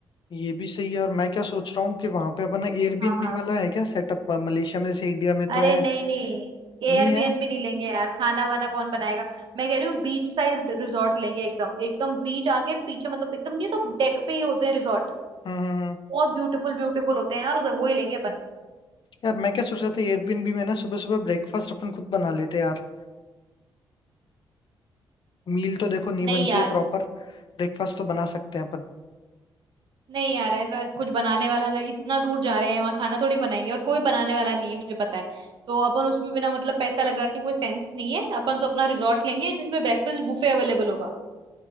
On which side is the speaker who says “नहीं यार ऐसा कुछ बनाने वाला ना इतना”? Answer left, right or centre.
Right